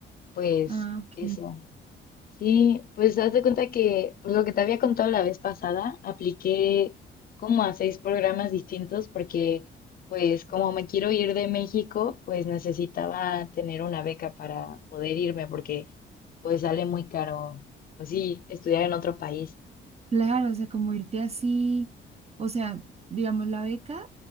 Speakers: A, on the left; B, on the right.
A: pues
B: Ah, ok.
A: eso. Sí, pues haz de cuenta que pues lo que te había contado la vez pasada, apliqué como a seis programas distintos porque pues como me quiero ir de México, pues necesitaba tener una beca para poder irme porque pues sale muy caro, pues sí, estudiar en otro país.
B: Claro, o sea, como irte así, o sea, digamos, la beca,